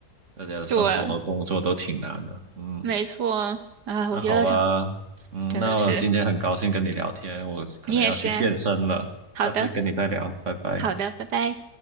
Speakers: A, on the right (about 45°); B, on the right (about 80°).
A: 大家的生活和工作都挺难的，
B: 对，
A: 嗯。
B: 没错啊，
A: 那好吧，
B: 我觉得这
A: 嗯，
B: 真的是
A: 那我今天很高兴跟你聊天，我可能要去健身了，
B: 你也是啊。好的，
A: 下次跟你再聊，拜拜。
B: 好的，拜拜。